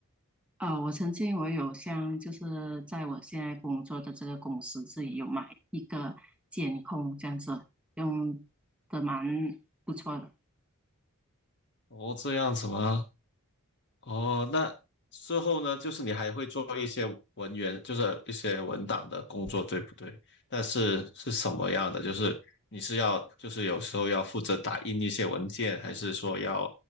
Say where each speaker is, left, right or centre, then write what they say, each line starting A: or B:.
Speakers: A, in the centre; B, on the left.
A: 呃，我曾经我有像就是在我现在工作的这个公司自己有买一个监控这样子，用的蛮不错的。
B: 哦，这样子吗？哦，那之后呢，就是你还会做一些文员，就是一些文档的工作，对不对？但是是什么样的？就是你是要，就是有时候要负责打印一些文件，还是说要